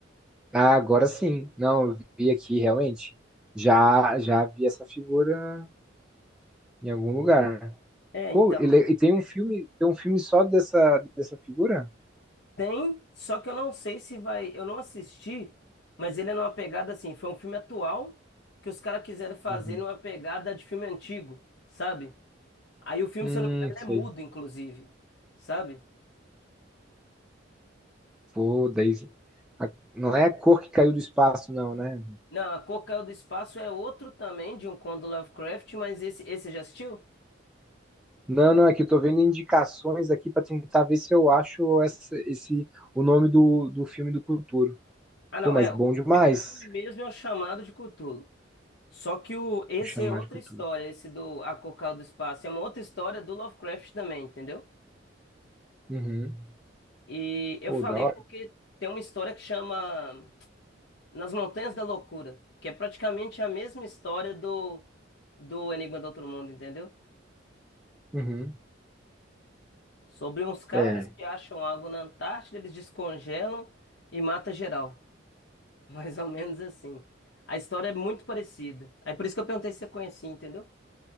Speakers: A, in the centre; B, on the left.
A: Ah, agora sim. Não, eu vi aqui realmente. Já, já vi essa figura em algum lugar.
B: É,
A: Pô,
B: então.
A: ele, e tem um filme, tem um filme só dessa, dessa figura?
B: Tem, só que eu não sei se vai. Eu não assisti, mas ele é numa pegada assim. Foi um filme atual que os caras quiseram fazer
A: Uhum.
B: numa pegada de filme antigo, sabe? Aí o filme,
A: Hum,
B: se eu não me engano,
A: sei.
B: ele é mudo, inclusive, sabe?
A: Pô, daí. a- não é a cor que caiu do espaço, não, né?
B: Não, A Cor Caiu do Espaço é outro também de um conto do Lovecraft, mas esse, esse você já assistiu?
A: Não, não, é que eu tô vendo indicações aqui pra tentar ver se eu acho essa, esse, o nome do, do filme do Cthulhu.
B: Ah, não,
A: Pô, mas
B: é.
A: bom
B: O
A: demais
B: filme, o filme mesmo é o Chamado de Cthulhu. Só que o, esse
A: o chamar
B: é outra
A: de cultura.
B: história, esse do A Cor Caiu do Espaço. É uma outra história do Lovecraft também, entendeu?
A: Uhum.
B: E eu
A: Pô,
B: falei
A: da hora.
B: porque tem uma história que chama Nas Montanhas da Loucura, que é praticamente a mesma história do, do Enigma do Outro Mundo, entendeu?
A: Uhum.
B: Sobre uns caras
A: É.
B: que acham água na Antártida, eles descongelam e mata geral. <laughs> Mais ou menos assim. A história é muito parecida. Aí por isso que eu perguntei se você conhecia, entendeu?